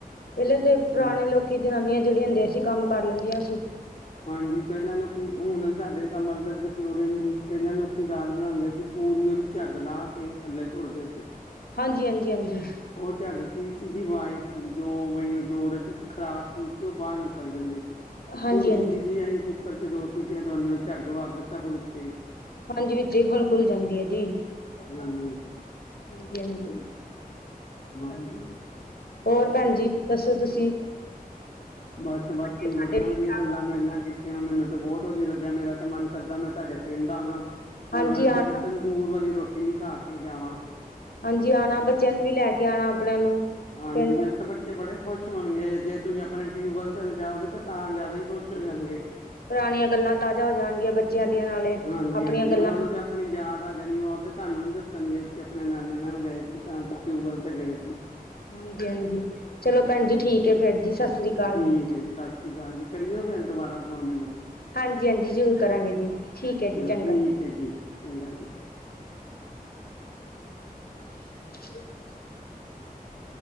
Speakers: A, on the left; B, on the left.
A: ਪੈਲੇ ਤੇ ਪੁਰਾਣੇ
B: ਬਸ
A: ਲੋਕੀ ਜਨਾਨੀਆਂ ਜੇੜੀਆਂ ਹੁੰਦੀਆਂ ਸੀ ਕੰਮ ਕਰ ਲੈਂਦੀਆਂ ਸੀ
B: ਹਾਂਜੀ ਪੈਲਾਂ ਲੋਕੀ ਹੁਣ ਸਾਡੇ ਕਮਰ ਦਰਦ ਕਿਉਂ ਰੈਂਦੀ ਪੈਲਾਂ ਲੋਕੀ ਦਾਲ ਬਣਾਂਦੇ ਸੀ ਪੂਰੀ ਓਦੀ ਝੱਗ ਲਾ ਕੇ ਥੱਲੇ ਤੁਰਦੇ ਸੀ।
A: ਹਾਂਜੀ ਹਾਂਜੀ ਹਾਂਜੀ
B: ਓ ਝੱਗ ਕੀ ਸੀਗੀ ਵਾਈ ਸੀ ਜੋ ਬਈ ਓ ਜੋਰ ਚ ਖਰਾਬ ਚੀ ਸੀ ਓ ਬਾਰ ਨਿਕਲ ਜਾਂਦੀ ਸੀ।
A: ਹਾਂਜੀ
B: ਹੁਣ
A: ਹਾਂਜੀ
B: ਜੀ ਅਸੀਂ ਕੁੱਕਰ ਚ ਦੋ ਸੀਟੀਆਂ ਦਵਾਉਂਦੇ ਹੋ ਝੱਗ ਵੱਗ ਸਭ ਵਿੱਚ ਹੀ
A: ਹਾਂਜੀ ਵਿੱਚੇ ਖੁਲ-ਖੁਲ ਜਾਂਦੀ ਹੈ ਜੀ
B: ਹਾਂਜੀ।
A: ਹਾਂਜੀ-ਹਾਂਜੀ
B: <unintelligible>
A: ਹੋਰ ਭੈਣ ਜੀ ਦੱਸੋ ਤੁਸੀਂ
B: ਬਸ-ਬਸ ਤੁਸੀਂ
A: ਤੁਹਾਡੇ
B: ਬੜੀਆਂ
A: ਠੀਕ
B: ਵਧੀਆ
A: ਠਾਕ
B: ਗੱਲਾਂ ਮੈਂਰੇ ਨਾਲ ਕੀਤੀ ਮੈਨੂੰ ਤੇ ਬਹੁਤ ਵਧੀਆ ਲੱਗਿਆ ਮੇਰਾ ਤੇ ਮਨ ਕਰਦਾ ਮੈਂ ਤੁਹਾਡੇ ਪਿੰਡ ਦਾ ਆਵਾਂ ਹੋਰ
A: ਹਾਂਜੀ
B: ਮੈਂਥੇ
A: ਆਣਾ
B: ਫਿਰ ਦੂਰ ਵਾਲੀ ਰੋਟੀ ਵੀ ਖਾ ਕੇ ਜਾਵਾਂ
A: ਹਾਂਜੀ ਆਣਾ ਬੱਚਿਆਂ ਨੂੰ ਵੀ ਲੈ ਕੇ ਆਣਾ ਆਪਣਿਆਂ ਨੂੰ
B: ਹਾਂਜੀ
A: ਪਿੰਡ
B: ਮੇਰੇ ਤਾਂ ਬੱਚ ਬੜੇ ਖੁਸ਼ ਹੋਣਗੇ ਜੇ ਤੁਸੀਂ ਆਪਣੇ ਟਿਊਬਵੈਲ ਤੇ ਲਜਓਗੇ ਤਾਂ ਜ਼ਿਆਦਾ ਹੀ ਖੁਸ਼ ਹੋ ਜਾਣਗੇ।
A: ਪੁਰਾਣੀਆਂ ਗੱਲਾਂ ਤਾਜ਼ਾ ਹੋ ਜਾਣਗੀਆਂ ਬੱਚਿਆਂ ਦੀਆਂ ਨਾਲੇ
B: ਹਾਂਜੀ-ਹਾਂਜੀ
A: ਆਪਣੀਆਂ ਗੱਲਾਂ
B: ਉਹਨਾਂ ਨੂੰ ਤੇ ਆਪਣੀ ਯਾਦ ਜਾਣੀ ਉਹ ਤੇ ਤੁਹਾਨੂੰ ਵੀ ਦੱਸਣ ਗਏ ਸੀ ਆਪਣੇ ਨਾਨੇ ਨਾਲ ਗਏ ਸੀ ਤਾਂ ਫ ਟਿਊਬਵੈਲ ਤੇ ਗਏ ਸੀ
A: ਹਾਂਜੀ-ਹਾਂਜੀ ਚਲੋ ਭੈਣ ਜੀ
B: ਹਾਂਜੀ
A: ਠੀਕ ਹੈ ਫੇਰ ਜੀ ਸਤਿ ਸ੍ਰੀ ਅਕਾਲ
B: ਠੀਕ
A: ਜੀ।
B: ਹੈ ਸਤਿ ਸ਼੍ਰੀ ਅਕਾਲ ਜੀ ਕਰੀਓ ਫੇਰ ਦੁਬਾਰਾ ਫੋਨ ਮੈਨੂੰ
A: ਹਾਂਜੀ- ਹਾਂਜੀ ਜ਼ਰੂਰ ਕਰਾਂਗੇ ਜੀ। ਠੀਕ ਹੈ
B: ਚਲੋ
A: ਜੀ, ਚੰਗਾ
B: ਠੀਕ
A: ਜੀ।
B: ਹੈ ਚੰਗਾ ਜੀ
A: <unintelligible>